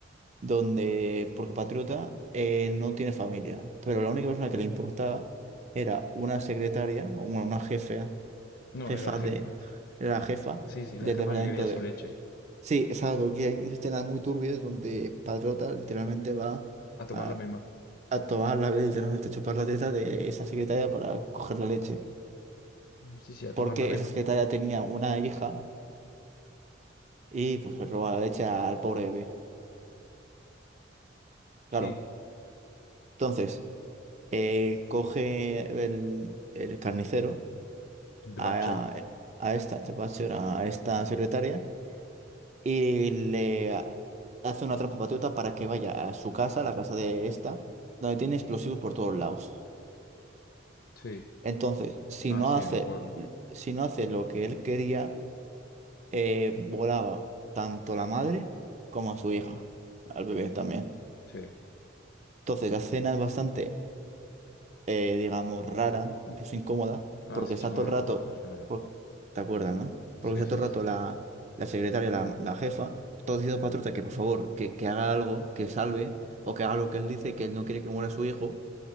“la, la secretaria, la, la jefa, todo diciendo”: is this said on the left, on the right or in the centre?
Right